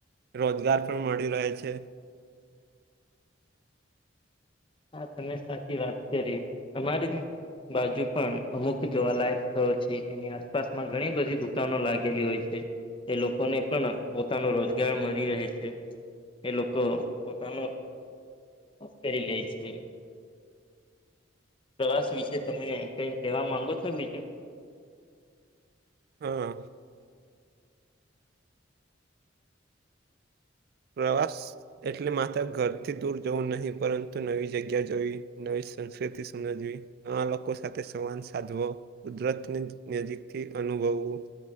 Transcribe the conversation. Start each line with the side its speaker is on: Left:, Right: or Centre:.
Right: રોજગાર પણ મળી રહે છે.
Left: હા તમે સાચી વાત કરી અમારી. બાજુ પણ અમુક જોવાલાયક સ્થળો છે એની આસપાસમાં ઘણી બધી દુકાનો લાગેલી હોય છે. એ લોકોને પણ પોતાનો રોજગાર મળી રહે છે. એ લોકો પોતાનો કરી લે છે. પ્રવાસ વિશે તમે કઈ કહેવા માંગો છો બીજું.
Right: હા. પ્રવાસ. એટલે માતા ઘરથી દૂર જવું નહીં પરંતુ નવી જગ્યા જવી નવી સંસ્કૃતિ સમજવી. આ લોકો સાથે સંવાદ સાધવો કુદરતની નજીકથી અનુભવવું.